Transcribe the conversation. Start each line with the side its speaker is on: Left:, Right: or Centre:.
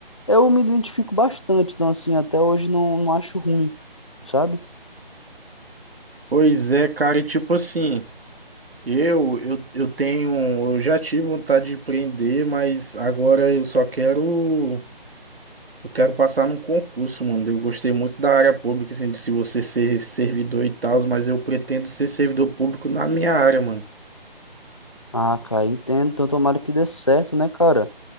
Left: eu me identifico bastante, então assim, até hoje não, não acho ruim, sabe?
Right: Pois é, cara, e tipo assim. Eu, eu, eu tenho, eu já tive vontade de empreender, mas agora eu só quero, eu quero passar num concurso, mano. Eu gostei muito da área pública, assim, de se você ser servidor e tal, mas eu pretendo ser servidor público na minha área, mano.
Left: Ah, cara, entendo, então tomara que dê certo, né, cara?